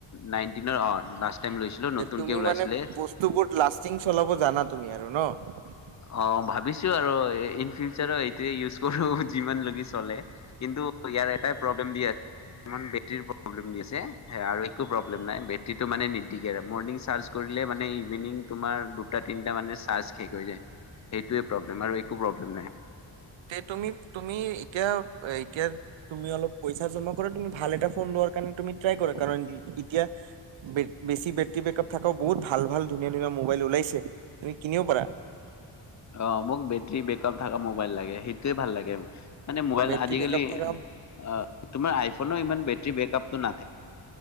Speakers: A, on the left; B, on the right.
A: নাইনটিনৰ অ লাষ্ট টাইম লৈছিলো নতুনকে
B: তুমি
A: ওলাইছিলে।
B: মানে বস্তুবোৰ লাচতিং চলাব জানা তুমি আৰু ন <unintelligible>
A: অ ভাবিছো আৰু ইন ফিউচাৰ এইটোৱে ইউজ কৰো যিমান লৈকে চলে কিন্তু ইয়াৰ এটাই প্ৰব্লেম দি আছে বেটেৰীৰ প্ৰব্লেম দি আছে সে আৰু একো প্ৰব্লেম নাই বে টেৰীটো মানে নিতিকে মৰ্ণিং চাৰ্জ কৰিলে মানে ইভিনিং তোমাৰ দুটা তিনিটা মানে চাৰ্জ শেষ হৈ যায় সেইটোোৱে প্ৰব্লেম আৰু একো প্ৰব্লেম নাই
B: তে তুমি তুমি এতিয়া এতিয়া তুমি অলপ পইচা জমা কৰা তুমি ভাল এটা ফোন লোৱাৰ কাৰ তুমি ট্ৰাই কৰা কাৰণ এতিয়া বেছি বেটৰী বেকআপ থকা বহুত ভাল ভাল ধুনীয়া ধুনীয়া মোবাইল ওলাইছে তুমি কিনিব পাৰা
A: অ মোক বেটাৰী বেকআপ থকা মোবাইল লাগে সেইটোয়ে ভাল লাগে মানে মোবাইল
B: বেটৰী
A: আজিকালি
B: বেকআপ থকা
A: অ তোমাৰ আইফোন ইমান বে বেকআপ না